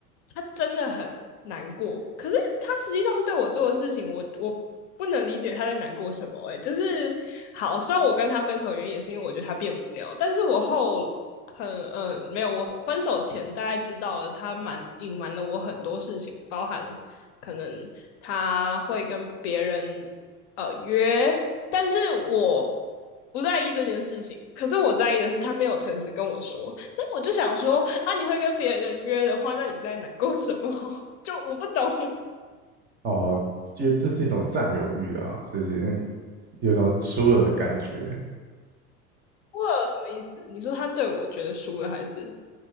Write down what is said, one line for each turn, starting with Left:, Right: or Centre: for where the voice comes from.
Left: 他真的很难过，可是他实际上对我做的事情，我我不能理解他在难过什么、欸。哎，就是好，虽然我跟他分手原因也是因为我觉得他变无聊，但是我后嗯，没有，我分手前大概知道了他瞒隐瞒了我很多事情，包含可能他会跟别人呃约，但是我不在意这件事情。可是我在意的是他没有诚实跟我说，那我就想说啊，你会跟别人约的话，那你是在难过什么？<laughs> 就我不懂，<laughs>
Right: 哦，因为这是一种占有欲啊，就是有一种输了的感觉，
Left: 我有什么意思？你说他对我觉得输了还是